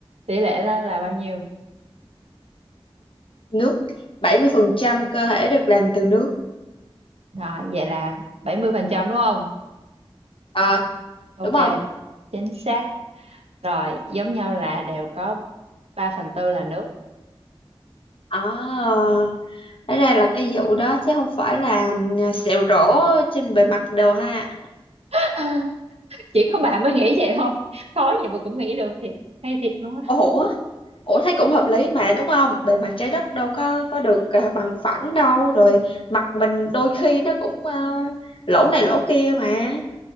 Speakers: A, on the right (about 90°); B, on the left (about 60°).
A: Tỷ lệ là, là bao nhiêu?
B: nước 70% cơ thể được làm từ nước
A: Rồi vậy là 70% đúng không?
B: ờ
A: Ok,
B: đúng không
A: chính xác. Rồi giống nhau là đều có 3 phần tư là nước.
B: ờ Thế ra là cái vụ đó chứ không phải là ừ, sẹo rỗ trên bề mặt đồ ha
A: <laughs> Chỉ có bà mới nghĩ vậy thôi. Khó vậy mà cũng nghĩ được thiệt. Hay thiệt luôn á.
B: ủa ủa thấy cũng hợp lý mà đúng không bề mặt trái đất đâu có có được à, bằng phẳng đâu rồi mặt mình đôi khi nó cũng à, lỗ này lỗ kia mà